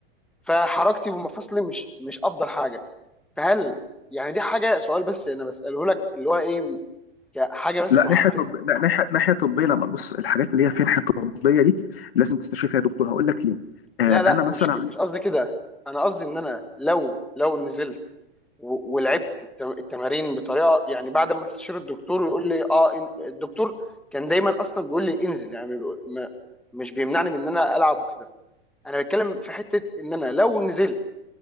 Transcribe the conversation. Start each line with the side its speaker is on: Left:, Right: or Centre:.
Centre: فحركتي ومفاصلي مش مش افضل حاجه فهل يعني دي حاجه سؤال بس انا بساله لك اللي هو ايه كحاجه بس
Left: لا
Centre: محفزه
Left: ناحيه طب... لا ناحيه ناحيه طبيه لما بص الحاجات اللي هي فيها ناحيه طبيه دي لازم تستشير فيها دكتور هقول لك ليه آه
Centre: لا لا
Left: انا مثلا
Centre: مش ك-
Left: عن...
Centre: مش قصدي كده انا قصدي ان انا لو لو نزلت و- ولعبت التم- التمارين بطريقه يعني بعد ما استشير الدكتور ويقول لي اه إن- الدكتور كان دايما اصلا بيقول لي انزل يعني بيقول- ما- مش بيمنعني من ان انا العب وكده انا بتكلم في حته ان انا لو نزلت